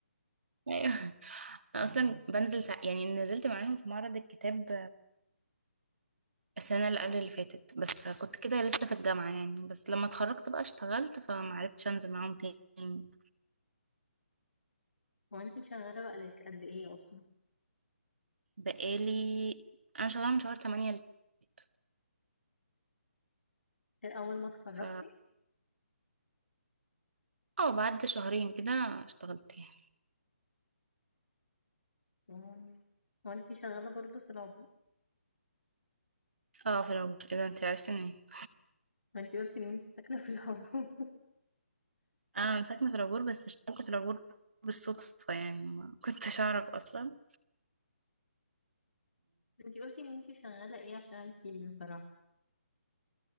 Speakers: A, on the right; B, on the left.
A: <laughs> ايوه انا اصلا بنزل سع... يعني نزلت معاهم في معرض الكتاب السنة اللي قبل اللي فاتت بس كنت كده لسه في الجامعة يعني بس لما اتخرجت بقى اشتغلت فمعرفتش انزل معاهم تاني
B: هو انتي شغالة بقالك قد ايه اصلا
A: بقالي انا شغالة من شهر تمانية اللي فات.
B: اول ما اتخرجتي
A: ف اه بعد شهرين كده اشتغلت يعني
B: مم. هو انتي شغالة برضو في العبور
A: اه في العبور كده انت عرفتني
B: ما انتي قلتي ان انتي ساكنة في العبور <laughs>
A: انا ساكنة في العبور بس اشتغلت في العبور بالصدفة يعني ما كنتش اعرف اصلا
B: انتي قلتي ان انتي شغالة ايه عشان نسيب بصراحة